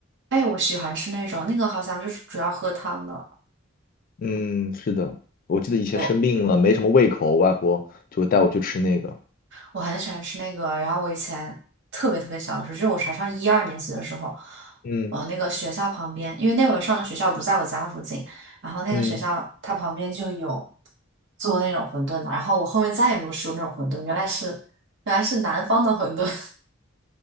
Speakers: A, on the right; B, on the left.
A: 哎，我喜欢吃那种，那个好像就是主要喝汤的。
B: 嗯，是的，我记得以前生病了，
A: 我。
B: 没什么胃口，我外婆就会带我去吃那个。
A: 我很喜欢吃那个，然后我以前特别特别小的时候，就是我才上一二年级的时候，
B: 嗯
A: 呃，那个学校旁边，因为那会儿上的学校不在我家附近，然后那个学校它旁边就有
B: 嗯。
A: 做那种馄饨的，然后我后面再也没有吃过那种馄饨，原来是原来是南方的馄饨，